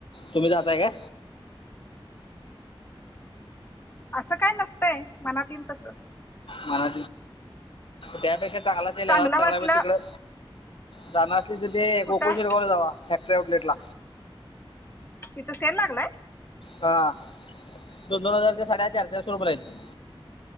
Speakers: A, on the left; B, on the left.
A: तुम्ही जातय का?
B: असं काय नसतंय मनात येईल तसं
A: म त्यापेक्षा चांगला सेल
B: चांगलं
A: याला लागलाय
B: वाटलं
A: बं तिकडं जाणार तिथं ते
B: कुठं
A: गोकुळ शिरगांवला जावा फॅक्टरी आउटलेट ला
B: तिथं सेल लागलाय
A: हा दोन दोन हजारच्या साडया चार चारशे रुपयेला आहेत